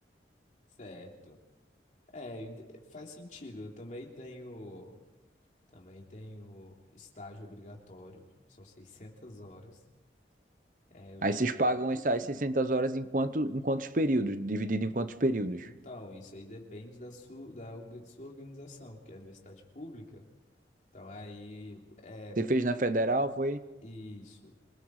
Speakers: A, on the left; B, on the right.
A: certo. É, ent- faz sentido, eu também tenho, também tenho estágio obrigatório, são 600 horas. É, eu
B: Aí
A: tive.
B: vocês pagam essas 600 horas em, quanto, em quantos períodos? Dividido em quantos períodos?
A: Então, isso aí depende da sua, da orga- sua organização, que é a universidade pública. Então, aí, é
B: Você fez na federal, foi?
A: isso.